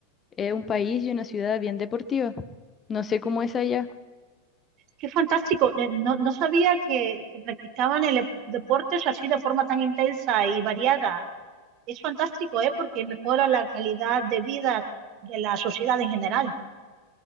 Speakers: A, on the left; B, on the right.
A: es un país y una ciudad bien deportiva. No sé cómo es allá.
B: Qué fantástico. Eh, No, no sabía que, que practicaban el e- deportes así de forma tan intensa y variada. Es fantástico, ¿eh? Porque mejora la calidad de vida de la sociedad en general.